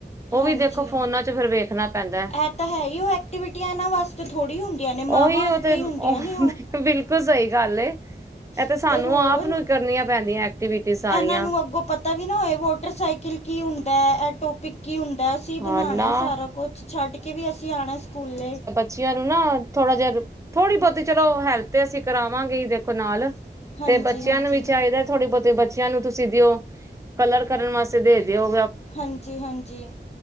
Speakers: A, on the right (about 15°); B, on the left (about 35°).
A: ਉਹ
B: ਹਾਂਜੀ,
A: ਵੀ ਦੇਖੋ ਫੋਨਾਂ ਚ ਫਿਰ ਵੇਖਣਾ ਪੈਂਦਾ
B: ਇਹ ਤਾਂ ਹੈ ਹੀ ਉਹ ਐਕਟੀਵਿਟੀਆਂ ਇਹਨਾਂ ਵਾਸਤੇ ਥੋੜੀ ਹੁੰਦੀਆਂ ਨੇ, ਮਾਵਾਂ
A: ਉਹੀ ਉਹ
B: ਵਸਤੇ
A: ਤੇ
B: ਹੀ ਹੁੰਦੀਆਂ ਨੇ ਉਹ।
A: ਬਿਲਕੁਲ ਸਹੀ ਗੱਲ ਏ, ਇਹ ਤਾਂ
B: ਅਤੇ
A: ਸਾਨੂੰ
B: ਹੋਰ
A: ਆਪ ਨੂੰ ਹੀ ਕਰਨੀਆਂ ਪੈਂਦੀਆਂ ਐਕਟੀਵਿਟੀ ਸਾਰੀਆਂ।
B: ਇਹਨਾਂ ਨੂੰ ਅੱਗੋਂ ਪਤਾ ਵੀ ਨਾ ਹੋਏ ਮੋਟਰਸਾਈਕਲ ਕੀ ਹੁੰਦਾ ਹੈ, ਐਟੋ ਕੀ ਹੁੰਦਾ, ਅਸੀਂ ਬਣਾਣਾ
A: ਹਾਂ ਨਾ
B: ਸਾਰਾ ਕੁਛ ਛੱਡ ਕੇ ਵੀ ਅਸੀਂ ਆਣਾ ਸਕੂਲੇ।
A: ਬੱਚੀਆਂ ਨੂੰ ਨਾ, ਥੋੜਾ ਜਿਹਾ, ਥੋੜ੍ਹੀ-ਬਹੁਤੀ, ਚਲੋ, ਹੈਲਪ। ਤੇ ਅਸੀਂ ਕਰਾਵਾਂਗੇ ਹੀ ਦੇਖੋ ਨਾਲ
B: ਹਾਂਜੀ
A: ਤੇ ਬੱਚਿਆਂ
B: ਹਾਂਜੀ
A: ਨੂੰ ਵੀ ਚਾਹੀਦਾ ਥੋੜੇ ਬਹੁਤੇ ਬੱਚਿਆਂ ਨੂੰ ਤੁਸੀਂ ਦਿਓ, ਕਲਰ ਕਰਨ ਵਾਸਤੇ ਦੇ ਦਿਉ।
B: ਹਾਂਜੀ- ਹਾਂਜੀ।